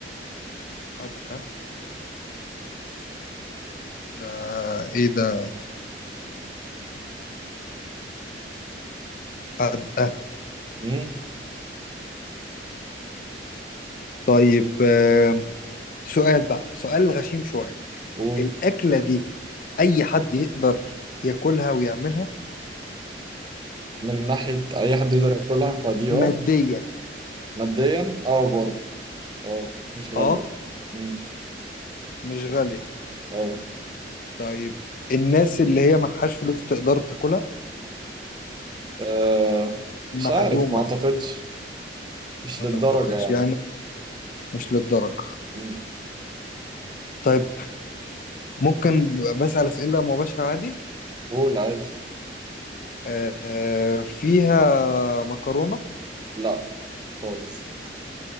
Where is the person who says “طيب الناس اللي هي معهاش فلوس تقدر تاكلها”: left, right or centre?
Left